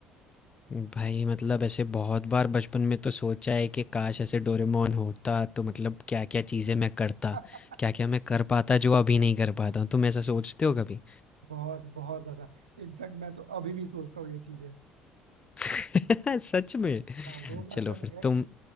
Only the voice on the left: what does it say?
हम्म। भाई मतलब ऐसे बहुत बार बचपन में तो सोचा है कि काश ऐसे डोरेमोन होता तो मतलब क्या क्या चीज़ें मैं करता
क्या क्या मैं कर पाता जो अभी नहीं कर पाता हूँ। तुम ऐसा सोचते हो कभी
<laughs> सच में?
चलो
फिर
तुम